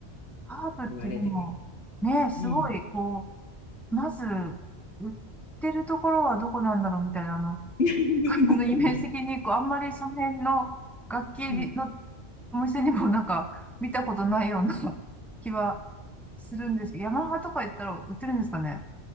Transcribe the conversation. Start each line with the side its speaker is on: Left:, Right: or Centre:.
Centre: ハープってでも、
Left: 言われてる。
Centre: ね、すごい、
Left: うん。
Centre: こう、まず、売ってるところはどこなんだろうみたいな、あの、
Left: <laughs> そうですよね。
Centre: <laughs> あのイメージ的に、こう、あんまりその辺の楽器の
Left: うん
Centre: お店にもなんか見たことないような <laughs> 気はするんですけど、ヤマハとか言ったら売ってるんですかね